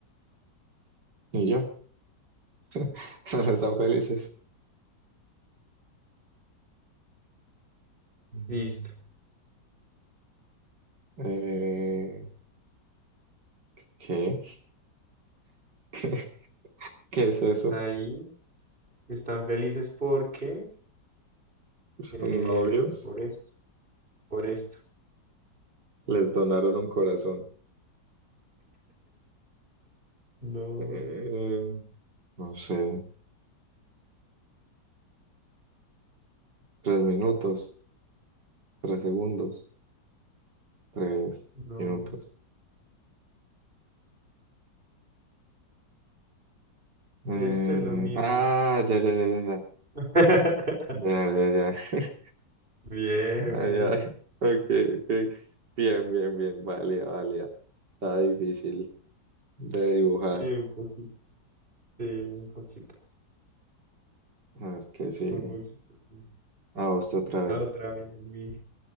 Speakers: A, on the right; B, on the right.
A: ¿Y ya? <laughs> ¿No están felices? Mm,
B: Listo.
A: eh, ¿qué? <laughs> ¿Qué es eso?
B: Ahí Están felices porque,
A: ¿Son
B: eh,
A: novios?
B: por esto, por esto.
A: Les donaron un corazón.
B: No,
A: Eh, no sé. Tres minutos. Tres segundos. Tres
B: no,
A: minutos. Eh,
B: esto es lo mismo.
A: ah, ya, ya, ya, ya, ya.
B: <laughs>
A: Ya, ya, ya. <laughs>
B: Bien,
A: Ay,
B: bien,
A: ay, ok, ok. Bien, bien, bien. Válida, válida. Está difícil de dibujar.
B: sí, un poquito, sí, un poquito,
A: A ver qué sigue.
B: un poquito. sí.
A: A vos otra
B: Ah,
A: vez.
B: Otra vez a mí.